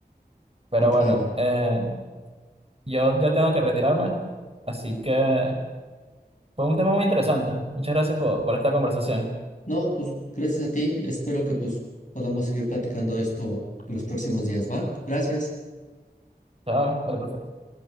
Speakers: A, on the right (about 35°); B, on the left (about 50°).
A: Pero
B: Y claro.
A: bueno, eh, yo ya tengo que retirarme, así que fue un tema muy interesante. Muchas gracias por, por esta conversación.
B: No, pues gracias a ti. Espero que pues podamos seguir platicando esto en los próximos días, ¿va? Gracias.
A: Chao, vale, perfecto.